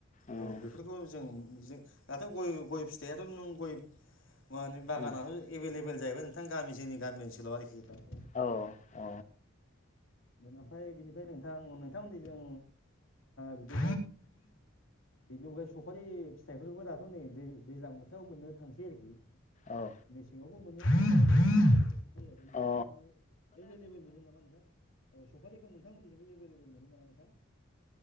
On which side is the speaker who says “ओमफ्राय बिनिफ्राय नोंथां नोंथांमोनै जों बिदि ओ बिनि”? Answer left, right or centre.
Left